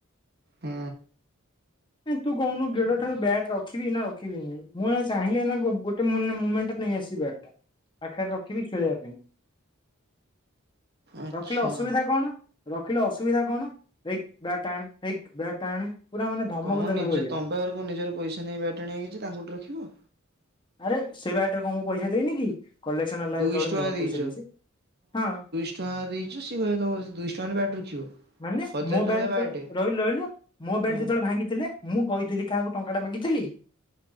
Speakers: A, on the right; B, on the left.
A: ହୁଁ।
B: ନଁ ତୁ କହୁନୁ ଗେଡ ଠାରୁ ବ୍ୟାଟ ରଖିବି ନା ରଖିବିନିଁ ମୁଁ ଏଇନା ଚାହିଁଲେ ନା ଗୋ ମୁ ମୁମେଣ୍ଟ ନେଇ ଆସିବା ବ୍ୟାଟଟା ପାଖରେ ରଖିବି ଖେଳବା ପାଇଁ।
A: ଆଚ୍ଛା
B: ରଖିଲେ ଅସୁବିଧା କଣ? ରଖିଲେ ଅସୁବିଧା କଣ? ହେଇକି ବ୍ୟାଟଟା ଆଣେ ହେଇକି ବ୍ୟାଟଟା ଆଣେ ପୁରା ମାନେ ଧମକ
A: ତମ
B: ଦେଲା
A: ନିଜ
B: ଭଳିଆ।
A: ତମ ପାଖରେ କଣ ନିଜର ପଇସା ନାଇଁ ବ୍ୟାଟ ଆଣିବା କିଛି ତାଙ୍କଠୁ ରଖିବ।
B: ଆରେ ସେ ବ୍ୟାଟରେ କଣ ମୁଁ ପଇସା ଦେଇନି କି କଲେକ୍ସନ ହେଲା
A: ଦୁଇଶହ
B: ଯେତେବେଳେ
A: ଟଙ୍କା
B: ମୁଁ ବା
A: ଦେଇଛ
B: ପଇସା ଦେଇଛି ହଁ।
A: ଟଙ୍କା ଦେଇଚୁ ସେ କହିଲେ ତମେ ଦୁଇଶହ ଟଙ୍କାରେ ବ୍ୟାଟ ରଖିବ।
B: ମାନେ
A: ହଜାର
B: ମୋ
A: ଟଙ୍କା
B: ବ୍ୟାଟ୍ ଯେତେବେଳେ
A: ବ୍ୟାଟେ
B: ରହିଲୁ ରହିଲୁ ମୋ ବ୍ୟାଟ
A: ହଁ
B: ଯେତେବେଳେ ଭାଙ୍ଗିଥିଲେ। ମୁଁ କହିଥିଲି କାହାକୁ ଟଙ୍କାଟା ମାଗିଥିଲି।